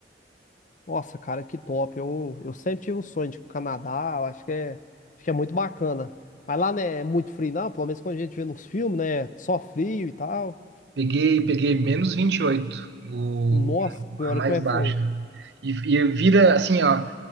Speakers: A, on the left (about 45°); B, on the right (about 65°).
A: Nossa, cara, que top. Eu, eu sempre tive um sonho de ir pro Canadá. Eu acho que é, acho que é muito bacana. Mas lá, né, é muito frio, não? Pelo menos quando a gente vê nos filmes, né? Só frio e tal.
B: Peguei, peguei menos 28 o,
A: Nossa senhora,
B: a mais
A: como é
B: baixa.
A: que foi?
B: E, e eu vira assim, ó.